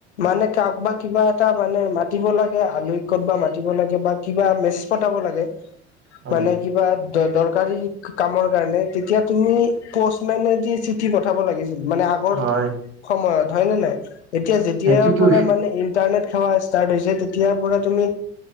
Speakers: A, on the left; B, on the right.
A: মানে কাৰবা কিবা এটা মানে মাতি লাগে আলহ কব মাতি লাগে বা কিবা মেজ প লাগে
B: হয়।
A: মানে কিবা দৰকাৰ কামৰ কাৰণে তেতিয়া তুমি পষ্টমেদি চিঠি পঠাব লাগিছিল মানে আগৰ
B: হয়
A: সময়ত হয় ন নাই এতিয়া যেতিয়াৰ
B: সেইটোতো
A: পৰা মানে ইণ্টাৰনেট তেতিয়াৰ পৰা তুমি